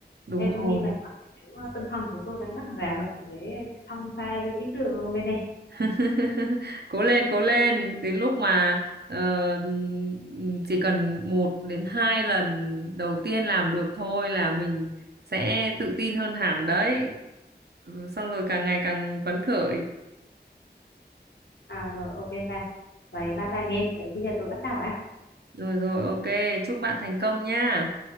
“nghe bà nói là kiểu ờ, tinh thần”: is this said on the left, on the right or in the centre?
Left